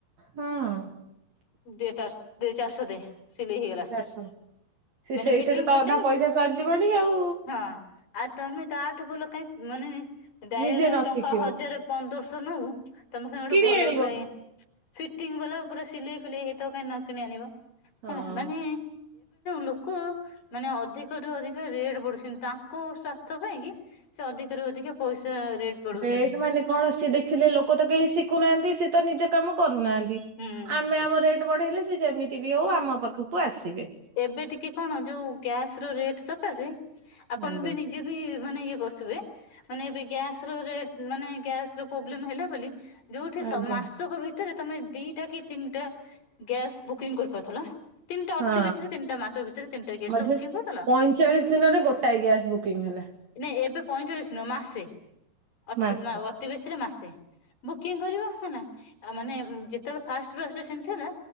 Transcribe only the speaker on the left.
ଦେ ଚା ଦେ ଚାାରଶ ଦେ ସିଲେଇ ହେଇଗଲା
ମାନେ
ଫିଟିଙ୍ଗ
ଫିଟିଙ୍ଗ
ହଁ ଆ ତମେ ତ ଆଠ ବୋଲ କାଁ ମାନେ ଡାଇରେକ୍ଟ
ଟଙ୍କା
ହଜାର ପନ୍ଦରଶହ ନଉ ତମେ ଖ ଗୋଟେ
ଭଲଡ
ଫଟି ପୁରା ସିଲେଇ ଫିଲେଇ ହେଇତ କଁ ନ କିଣି ଆଣିବ
ମାନେ ଲୋକ ମାନେ ଅଧିକରୁୁ ଅଧିକ ରେଟ ବଢୁଛନ୍ତି ତାଙ୍କ ସ୍ୱାସ୍ଥ୍ୟ ପାଇଁ କି ଅଧିକରୁ ଅଧିକ ପଇସା ରେଟ୍ ବଢଉଛନ୍ତି
ହୁଁ
ଏବେ ଟିକେ କଣ ଯୋଉ ଗ୍ୟାସ ର ରେଟ ସକାଶ ଆପଣ
ବି ନିଜେ ବି ମାନେ ଇଏ ବସିବେ ମାନେ ଏବେ ଗ୍ୟାସ ର ରେଟ ମାନେ ଗ୍ୟାସ ର ପ୍ରୋବେଲେମ ହେଲା ବୋଲି ଯୋଉଁଠି ସ
ମାସକ ଭିତ ତମେ ଦିଟା କି ତିନିଟା ଗ୍ୟାସ୍ ବୁକିଂ କରିପାରୁଥିଲ। ତିନ ତିନିଟା
ଅତି ବେଶୀ ତିନିଟା ମାସ ଭିତରେ ତିନିଟା ଗ୍ୟାସ
ତ ବୁକିଂ କରୁଥିଲ।
ନାଇଁ ଏବେ ପଇଁଚାଳିଶି ନୁହେଁ ମାସେ। ଅତି
ଅତିିବେଶୀ ରେ ମାସେ ବୁକିଂ କରିବ। ଆ ମାନେ ଯେତେବେଳେ ଫାଷ୍ଟ ଫଷ୍ଟ ସେମିତି ହେଲା